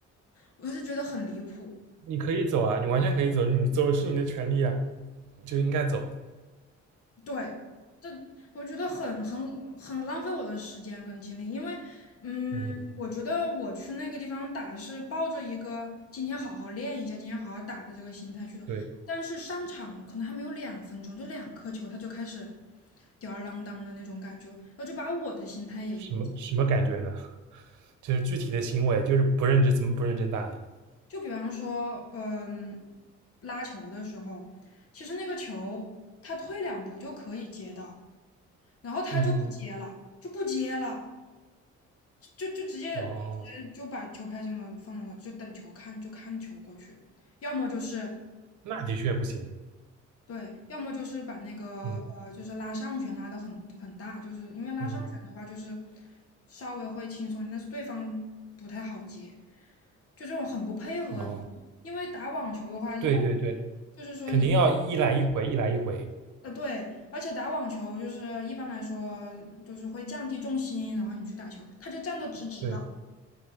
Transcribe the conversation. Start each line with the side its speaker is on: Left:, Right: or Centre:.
Left: 我是觉得很离谱。
Right: 你可以走啊，你完全可以走，你走是你的权利啊，就应该走。
Left: 对，这我觉得很很很浪费我的时间跟精力，因为，嗯，
Right: 嗯，
Left: 我觉得我去那个地方打是抱着一个今天好好练一下，今天好好打的这个心态去的，
Right: 对，
Left: 但是上场可能还没有两分钟，就两颗球，他就开始吊儿郎当的那种感觉，然后就把我的心态也影响。
Right: 什么什么感觉呢？就是具体的行为，就是不认真，怎么不认真打呢？
Left: 就比方说，嗯，拉球的时候，其实那个球他退两步就可以接到，然后他就不接了，
Right: 嗯嗯，
Left: 就不接了。就就直接就直接就把球拍这么放到那，
Right: 哦，
Left: 就等球看就看球过去，要么就是
Right: 那的确不行。
Left: 对，要么就是把那个呃就是拉上旋拉得很很大，
Right: 嗯
Left: 就是因为拉上旋的话就是
Right: 嗯，
Left: 稍微会轻松一点但是对方不太好接，就这种很不配合。
Right: 哦，
Left: 因为打网球的话，一般
Right: 对对对，
Left: 就是说你
Right: 肯定要一来一回，一来一回。
Left: 呃对，而且打网球就是一般来说就是会降低重心，然后你去打球，他就站的直直的，
Right: 对，